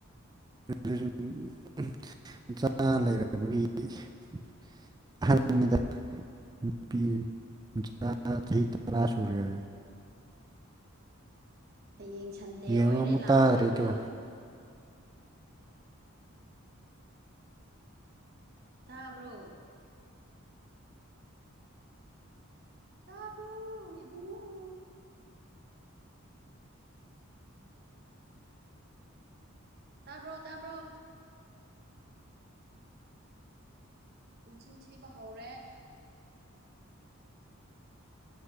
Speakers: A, on the right (about 20°); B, on the right (about 45°).
A: <inaudible> ꯑꯍꯜꯅꯤꯗ ꯅꯨꯄꯤ ꯃꯆꯥ ꯆꯍꯤ ꯇꯔꯥ ꯁꯨꯔꯦ꯫
B: ꯍꯌꯦꯡ ꯁꯟꯗꯦ
A: ꯌꯦꯡꯉꯣ
B: ꯑꯣꯏꯔꯦ
A: ꯑꯃꯨꯛ
B: ꯂꯥꯛꯑꯔꯣꯏꯗ꯭ꯔꯣ꯫
A: ꯇꯥꯗ꯭ꯔꯦ ꯇꯨ
B: ꯇꯥꯕ꯭ꯔꯣ꯫ ꯇꯕꯔꯣ ꯏꯕꯨꯡꯉꯣ꯫ ꯇꯥꯕ꯭ꯔꯣ ꯇꯥꯕ꯭ꯔꯣ꯫ ꯃꯆꯤꯟ ꯊꯤꯕ ꯍꯧꯔꯦ꯫